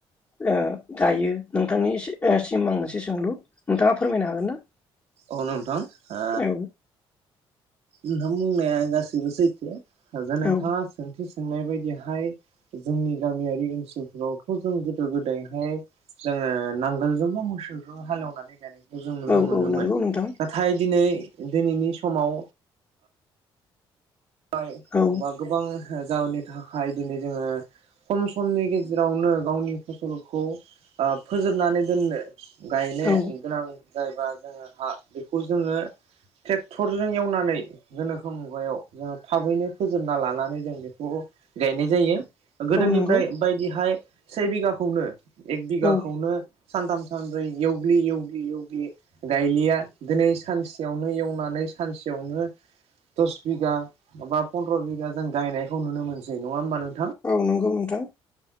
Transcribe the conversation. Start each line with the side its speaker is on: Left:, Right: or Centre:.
Left: ओ दायो नोंथांनि सिम आं मोनसे सोंलु नोंथाङा फोरमायनो हागोन ना?
Right: औ नोंथां ओ
Left: औ
Right: नोंथां बुंनाया गासैबो सैथो। जे नोंथाङा
Left: औ
Right: सोंथि सोंनाय बायदिहाय जोंनि गामियारि ओनसोलफोरावथ' जों गोदो गोदायहाय जोङो नांगोलजोंबो मोसौ बेव हालौनानै गायनाय जों नुनो
Left: औ
Right: मोनोमोन
Left: औ नंगौ नोंथां
Right: नाथाय दिनै दिनैनि समाव हाय
Left: औ
Right: बा गोबां थो जाअननि थाखाय दिनै जोङो खम समनि गेजेरावनो गावनि फसलखौ ओ फोजोबनानै दोननो गायनो
Left: औ
Right: गोनां जायोबा जोङो हा बेखौ जोङो टेक्टरजों एवनानै गोनोखो मुगायाव जोङो थाबैनो फोजोबना लानानै जों बेखौ गायनाय जायो। गोदोनिफ्राय
Left: औ नंगौ
Right: बायदिहाय सै बिगाखौनो एक बिगाखौनो
Left: औ
Right: सानथाम सानब्रै एवग्लि एवग्लि एवग्लि गायलिया दोनै सानसेयावनो एवनानै सानसेयावनो दस बिगा माबा पन्द्र' बिगा जों गायनायखौ नुनो मोनसै नङा होमबा नों
Left: औ नंगौ नोंथां।